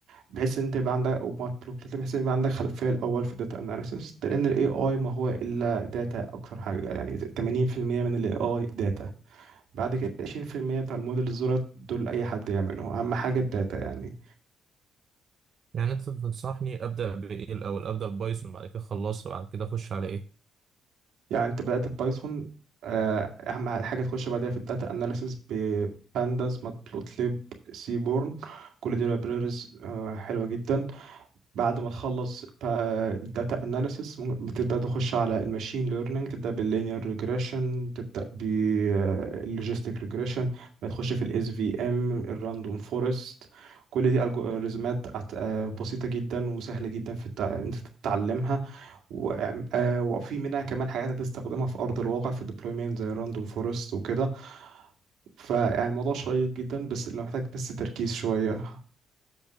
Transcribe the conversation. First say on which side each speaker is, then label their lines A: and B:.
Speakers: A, on the right (about 75°); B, on the right (about 45°).
A: بحيث ان انت يبقى عندك وماتبلوبلت بحيث ان يبقى عندك خلفيه الاول في الداتا اناليسيس ده لان الاي اي ما هو الا داتا اكتر حاجه يعني 80% من الاي اي داتا بعد كده 20% بتاع الموديل دولت دول اي حد يعمله اهم حاجه الداتا يعني
B: يعني انت تنصحني ابدا بايه الاول ابدا ببايثون بعد كده خلصها بعد كده اخش على ايه
A: يعني انت بدات بايثون اهم حاجه تخش بعدها في الداتا اناليسيس بانداس ماتبلوتليب سيبورن كل دي لايبريريز حلوه جدا بعد ما تخلص الداتا اناليسيس بتبدا تخش على الماشين ليرنينج تبدا باللينير ريجريشن تبدا باللوجيستيك ريجريشن بتخش في الاس في ام الراندوم فورست كل دي الجوريزمات بسيطه جدا وسهله جدا في التع... انت تتعلمها و- آه، آه، وفي منها كمان حاجات هتستخدمها في ارض الواقع في الديبلويمنت زي الراندوم فورست وكده فيعني الموضوع شيق جدا بس لو محتاج بس تركيز شويه